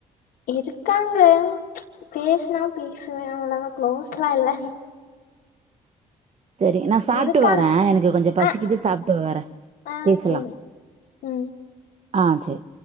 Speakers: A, on the left (about 75°); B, on the right (about 40°).
A: இருக்காங்க பேஸ்னா பேசுவே அவ்ளவா குளோஸ்லா இல்ல
B: சரி நா சாப்ட்டு
A: இருக்காங்க
B: வரே எனக்கு கொஞ்ச பசிக்கிது
A: ஆ
B: சாப்ட்டு வரே
A: ஆ
B: பேசலா
A: சேரி ம்
B: ஆ சேர்